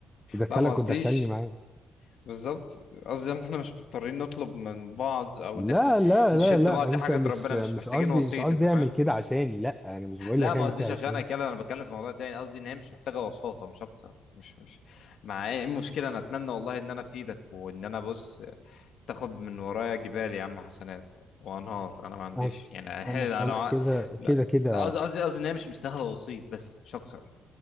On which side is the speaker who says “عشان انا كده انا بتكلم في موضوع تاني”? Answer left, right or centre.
Left